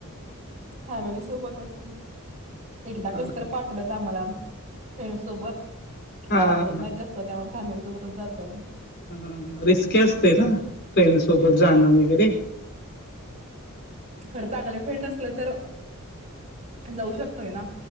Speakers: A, on the right; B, on the left.
A: फॅमिली सोबतच कि एकदा
B: हा
A: कस तर पाठवल्यात आम्हाला फ्रेंड सोबत
B: हा
A: पाठवत
B: हा
A: नाही जास त त्यामुळं फॅमिली सोबतच जातोय आम्ही.
B: हा हा रिस्की असतय ना फ्रेंड सोबत जाणं वगैरे.
A: खरं चांगले फ्रेंड असल तर जाऊ शकतोय ना